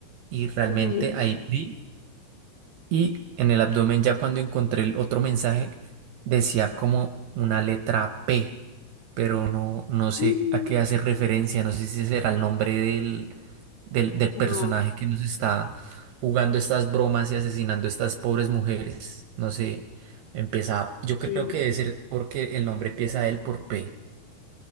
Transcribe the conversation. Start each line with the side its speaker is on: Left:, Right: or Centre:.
Right: y realmente
Left: Ujú.
Right: ahí vi. Y en el abdomen, ya cuando encontré el otro mensaje, decía como una letra P, pero no, no sé
Left: Mm,
Right: a qué hace referencia, no sé si será el nombre del, del, del
Left: No,
Right: personaje que nos está jugando estas bromas y asesinando a estas pobres mujeres. No sé, empieza, yo
Left: bueno.
Right: creo que debe ser porque el nombre empieza él por P.